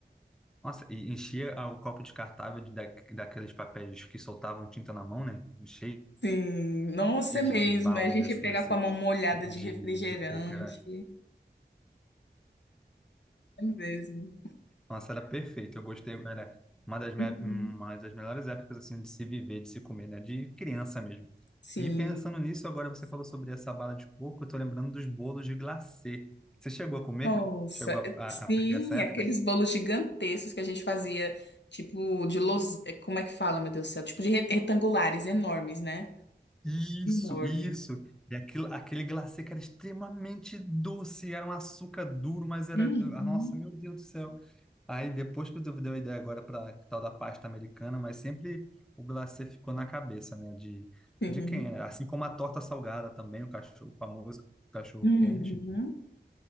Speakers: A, in the centre; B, on the left (about 85°).
A: Nossa, e enchia ah, o copo descartável de, da, daqueles papéis que soltavam tinta na mão, né? Cheio
B: Sim, nossa,
A: de,
B: é mesmo.
A: de bala
B: A gente
A: desse,
B: pega
A: nesse,
B: com a mão molhada
A: de,
B: de refrigerante.
A: de coco. Era,
B: É mesmo.
A: Nossa, era perfeito. Eu gostei, era uma das, me-
B: Uhum.
A: uma das melhores épocas assim de se viver, de se comer, né? De criança mesmo.
B: Sim,
A: E pensando nisso, agora você falou sobre essa bala de coco, eu tô lembrando dos bolos de glacê. Você chegou a comer?
B: nossa,
A: Chegou
B: é-
A: a, a- a
B: sim,
A: pegar essa época?
B: aqueles bolos gigantescos que a gente fazia, tipo de los... é, como é que fala, meu Deus do céu? Tipo de re- retangulares enormes, né?
A: Isso,
B: Enormes.
A: isso. E aquilo, aquele glacê que era extremamente doce, era um açúcar duro, mas era.
B: Uhum.
A: ah, Nossa, meu Deus do céu. Aí depois que eu dei a ideia agora para tal da pasta americana, mas sempre o glacê ficou na cabeça, né? De,
B: Sim.
A: de quem era. Assim como a torta salgada também, o cachorro o famoso cachorro
B: Uhum.
A: quente.